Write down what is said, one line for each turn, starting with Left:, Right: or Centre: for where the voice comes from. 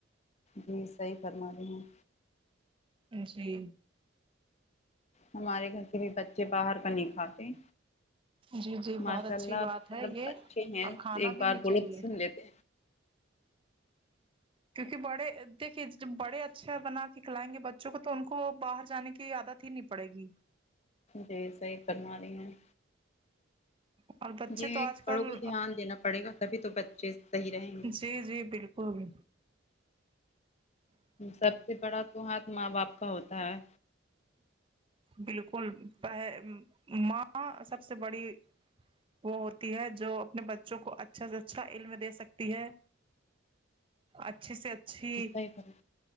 Left: جی صحیح فرما رہی ہیں
Right: جی
Left: ہمارے گھر کے بھی بچے باہر کا نہیں کھاتے
Right: جی جی بہت
Left: ماشاء
Right: اچھی
Left: اللہ
Right: بات
Left: مطلب
Right: ہے یہ
Left: اچھے ہیں
Right: اور کھانا
Left: ایک
Right: بھی
Left: بار
Right: نہیں
Left: بولو
Right: چاہیے
Left: تو سن لیتے
Right: کیونکہ بڑے دیکھیے جب بڑے اچھا بنا کے کھلائیں گے بچوں کو تو ان کو وہ باہر جانے کی عادت نہیں پڑے گی
Left: جی صحیح فرما رہی ہیں
Right: اور بچے
Left: یہ
Right: تو آج
Left: بڑوں
Right: کل
Left: کو دھیان دینا پڑے گا تبھی تو بچے صحیح رہیں گے
Right: جی جی بالکل
Left: سب سے بڑا تو ہاتھ ماں باپ کا ہوتا ہے
Right: بالکل پ ماں سب سے بڑی وہ ہوتی ہے جو اپنے بچوں کو اچھا سے اچھا علم دے سکتی ہے اچھے سے اچھی
Left: صحیح فرما